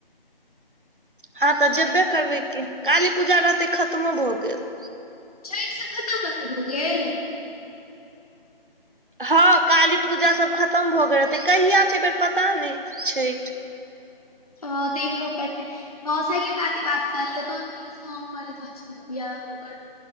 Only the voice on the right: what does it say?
हँ तऽ जेबे करबै की काली पूजा रहतै खत्मो भऽ गेल
हँ काली पूजा सब खतम भऽ गेल रहते कहिया छै एहि बेर पता नहि छेठ